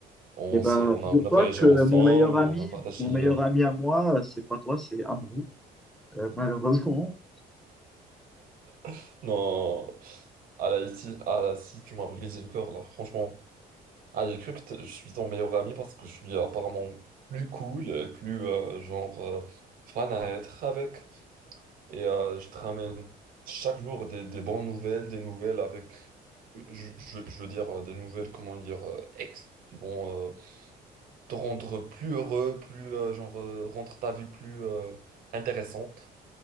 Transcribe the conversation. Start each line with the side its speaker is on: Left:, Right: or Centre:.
Right: On
Centre: Eh ben,
Right: s'est- on
Centre: figure-toi
Right: a, on a voyagé
Centre: que
Right: ensemble,
Centre: mon meilleur ami,
Right: on a partagé.
Centre: mon meilleur
Right: euh,
Centre: ami à moi, c'est pas toi, c'est Amrou. Euh, malheureusement,
Right: <laughs> Non, ah là, ici, ah là, si tu m'as brisé le cœur là, franchement. Ah, j'ai cru que t'es- je suis ton meilleur ami parce que je suis apparemment plus cool, et plus euh, genre euh, fan à être avec. Et euh, je te ramène chaque jour des, des bonnes nouvelles, des nouvelles avec, je, je- je veux dire, euh, des nouvelles, comment dire, euh, ex, qui vont euh, te rendre plus heureux, plus, euh, genre, euh, rendre ta vie plus euh, intéressante.